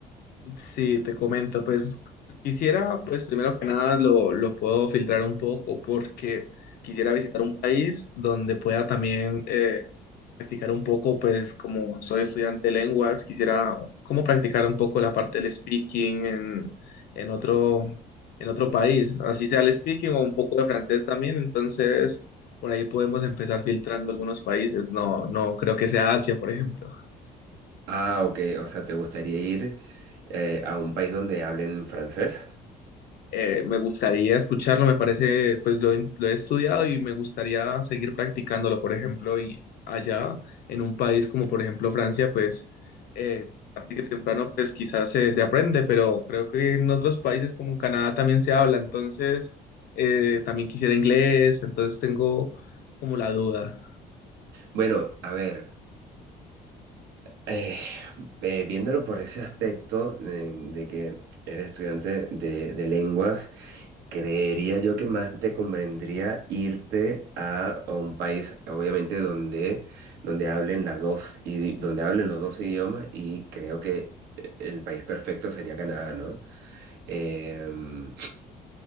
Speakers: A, on the left; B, on the right.
A: Sí, te comento, pues quisiera, pues primero que nada lo, lo puedo filtrar un poco porque quisiera visitar un país donde pueda también eh, practicar un poco, pues como soy estudiante de lenguas, quisiera como practicar un poco la parte del speaking en, en otro, en otro país, así sea el speaking o un poco de francés también, entonces por ahí podemos empezar filtrando algunos países, no, no creo que sea Asia, por ejemplo.
B: Ah, ok, o sea, ¿te gustaría ir eh, a un país donde hablen francés?
A: eh, me gustaría escucharlo, me parece, pues lo, he- lo he estudiado y me gustaría seguir practicándolo, por ejemplo, y allá en un país como por ejemplo Francia, pues eh, tarde que temprano, pues quizás se, se aprende, pero creo que en otros países como en Canadá también se habla, entonces eh, también quisiera inglés, entonces tengo como la duda.
B: Bueno, a ver. Eh, eh, viéndolo por ese aspecto eh, de, que eres estudiante de, de lenguas, creería yo que más te convendría irte a, a un país, obviamente, donde, donde hablen las dos, idi- donde hablen los dos idiomas, y creo que el país perfecto sería Canadá, ¿no? Em,